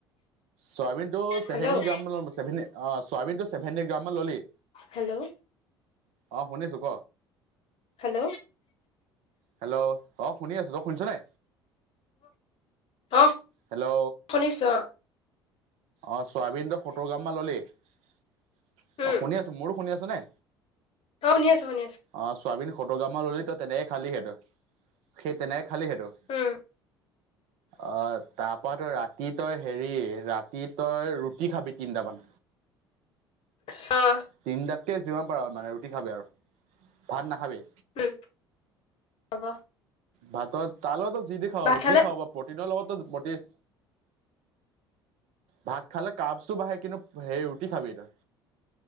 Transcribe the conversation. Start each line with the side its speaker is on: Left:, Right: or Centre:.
Right: চয়াবিন টো চেভেনি
Left: হেল্ল'
Right: গ্ৰামভে অ চয়াবিন টো চছেভেঁটি গ্ৰাম মান ললি
Left: হেল্ল'
Right: অ', শুনিছো ক
Left: হেল্ল'
Right: হেল্ল' অ শুনি আছো তই শুনিছ নে
Left: অ
Right: হেল্ল'
Left: ', শুনিছো অ।
Right: অ', চোৱাবিন টো সত্তৰ গ্ৰাম মান ল'লি অ',
Left: উম
Right: শুনি আছোঁ মোৰো শুনি আছো নে
Left: অ', শুনি আছো শুনি আছো
Right: অ', ছয়াবিনগ্ৰাম মানকে ললি ত তেনেকে খালি সেইটো সেই তেনেকে খালি সেইটো
Left: উম,
Right: অ', তাৰপা তই ৰাতি তই হেৰি ৰাতি তই ৰুটি খাবি তিনটামান
Left: অ',
Right: তিনিটাকে যিমান পাৰ আৰু মানে ৰুটি খাবি আৰু ভাত নাখাবি
Left: উম হ'ব
Right: ভাতৰ তাৰ লগতো যি দি খাব
Left: ভাত খালে
Right: যি খাব প্ৰটিনৰ লগতো ভাত খালে কাপ চো বাঢ়ে কিন্তু সে ৰুটি খাবি তই